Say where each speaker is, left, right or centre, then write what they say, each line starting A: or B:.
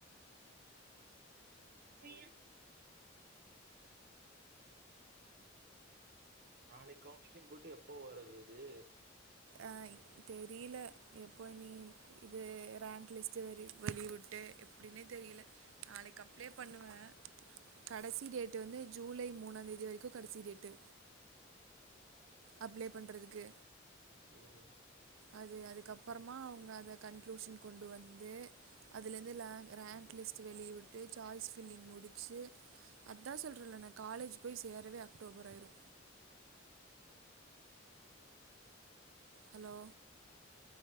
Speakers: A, on the right (about 50°); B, on the right (about 75°).
A: நீ நாளைக் கவுன்சிலிங் பொயிட்டு எப்போ வரதிது
B: அஹாயி தெரியல எப்போ இனி இது ரேங்க் லிஸ்ட்டு வெரி வெளியவுட்டு எப்டினே தெரியல நாளைக்கப்ளே பண்ணுவே கடைசீ டேட்டு வந்து ஜூலை மூணாந்தேதி வரைக்கு கடைசி டேட்டு அப்ளை பண்றதுக்கு
A: உம்
B: அது அதுக்கப்பறமா அவங்க அத கன்க்ளூஷன் கொண்டு வந்து அதுலருந்து லேங் ரேங்க் லிஸ்ட்டு வெளிய விட்டு சாய்ஸ் பில்லிங் முடிச்சி அதா சொல்றல நா காலேஜி போய் சேரவே அக்டோபர் ஆயிரு ஹலோ